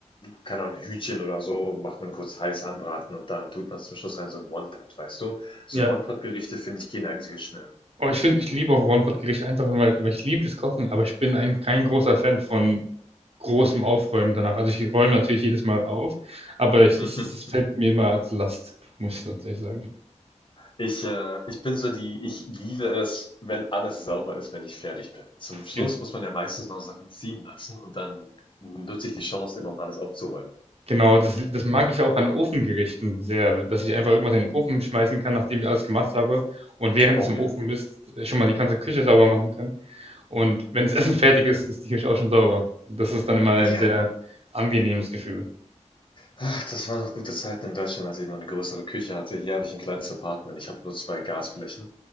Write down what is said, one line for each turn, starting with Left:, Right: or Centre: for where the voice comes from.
Left: keine Ahnung, Hühnchen oder so, macht man kurz heiß anbraten und dann tut man zum Schluss rein so ein One-Pot, weißt du? So
Right: Ja.
Left: One-Pot-Gerichte, finde ich, gehen eigentlich viel schneller.
Right: Und ich finde, ich liebe auch One-Pot-Gerichte einfach, weil, weil ich liebe das Kochen, aber ich bin ein, kein großer Fan von großem Aufräumen danach. Also ich räume natürlich jedes Mal auf, aber ich,
Left: <laughs>
Right: es, es fällt mir immer als Last, muss ich tatsächlich sagen.
Left: Ich, äh, ich bin so die, ich liebe es, wenn alles sauber ist, wenn ich fertig bin. Zum Schluss
Right: Ge-
Left: muss man ja meistens noch Sachen ziehen lassen und dann nutze ich die Chance immer, um alles aufzuräumen.
Right: Genau, das, das mag ich auch an Ofengerichten sehr, dass ich einfach irgendwas in den Ofen schmeißen kann, nachdem ich alles gemacht habe und während
Left: Oh
Right: es im
Left: ja.
Right: Ofen ist, schon mal die ganze Küche sauber machen kann. Und wenn das <laughs> Essen fertig ist, ist die Küche auch schon sauber. Das ist dann immer ein
Left: Ja.
Right: sehr angenehmes Gefühl.
Left: Ach, Das waren noch gute Zeiten in Deutschland, als ich noch eine größere Küche hatte. Hier habe ich ein kleines Apartment. Ich habe nur zwei Gasflächen